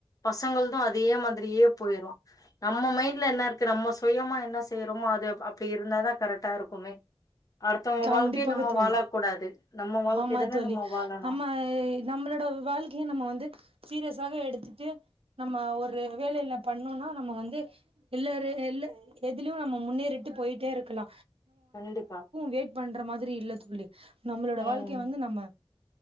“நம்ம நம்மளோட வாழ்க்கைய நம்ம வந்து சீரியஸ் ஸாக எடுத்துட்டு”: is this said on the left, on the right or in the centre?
Right